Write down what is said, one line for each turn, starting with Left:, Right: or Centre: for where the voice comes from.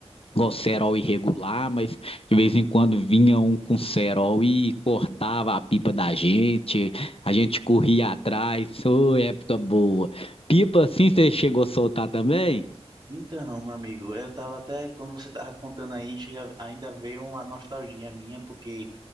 Left: igual cerol irregular, mas de vez em quando vinha um com cerol e cortava a pipa da gente, a gente corria atrás, ô, é época boa. Pipa assim você chegou a soltar também?
Right: Então, meu amigo, eu tava até, quando você tava contando aí, chega, ainda veio uma nostalgia minha, porque